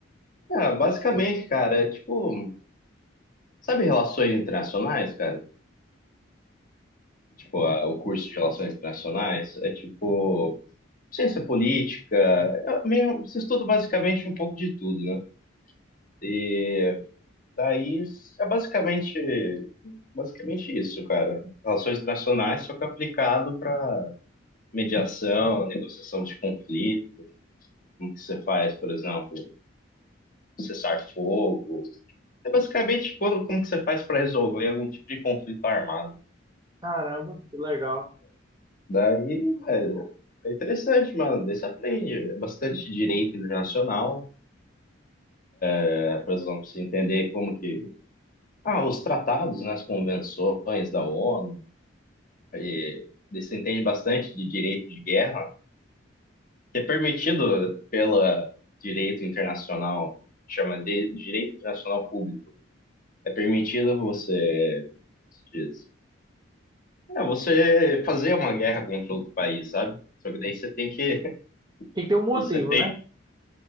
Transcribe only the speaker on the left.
é, basicamente, cara, é tipo Sabe relações internacionais, cara? Tipo, a- o curso de relações internacionais é tipo ciência política, é meio, você estuda basicamente um pouco de tudo, né? E daí é basicamente, basicamente isso, cara. Relações internacionais, só que aplicado para mediação, negociação de conflito, como que você faz, por exemplo, cessar fogo. É basicamente quando, como que você faz para resolver algum tipo de conflito armado.
Daí, velho, é interessante, mano. Daí você aprende É bastante direito internacional, é, por exemplo, você entender como que. Ah, os tratados, né, as convenções da ONU, e daí você entende bastante de direito de guerra, que é permitido pelo direito internacional, chama de direito internacional público. É permitido você, como se diz, é, você fazer uma guerra contra outro país, sabe? Só que daí você tem que, <laughs>
você tem,